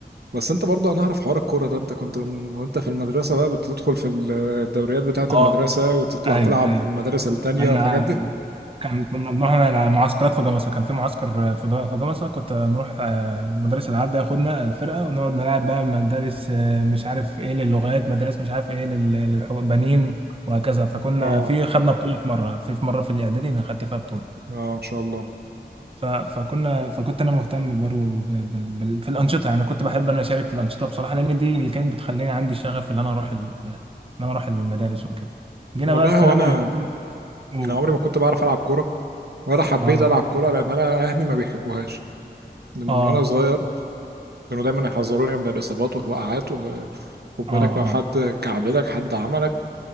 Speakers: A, on the right; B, on the right.
A: بس انت برضه انا اعرف حوار الكوره ده انت كنت من وانت في المدرسه بقى بتدخل في ال- الدوريات بتاعه
B: اه
A: المدرسه وتطلع
B: ايوه
A: تلعب
B: ايوه
A: في المدارس التانية
B: كان
A: والحاجات دي
B: كان كنا بنروح على معسكرات في جمصة كان في معسكر في ض- في جمصة كنت نروح آه، مدرس الألعاب ده ياخدنا الفرقة ونقعد نلعب بقى مدارس آه، مش عارف ايه للغات مدارس مش عارف ايه لل- للبنين وهكذا فكنا
A: اه
B: في خدنا بطولة في مرة في في مرة في الإعدادي أنا خدت فيها بطولة
A: اه ما شاء الله
B: ف- فكنا فكنت انا مهتم برضه ب- بال- بال- في الانشطه يعني كنت بحب انا اشارك في الانشطه بصراحه لان دي اللي كانت بتخليني عندي شغف ان انا اروح ال- ان انا اروح المدارس وكده جينا
A: والله
B: بقى الثانوي
A: هو انا
B: قول.
A: انا عمري ما كنت بعرف العب كوره ولا حبيت
B: اه
A: العب كوره لان انا اهلي ما بيحبوهاش لان من
B: اه
A: وانا صغير كانوا دايما يحذروني من الاصابات والوقعات و خد
B: اه
A: بالك لو
B: اه
A: حد كعبلك حد عملك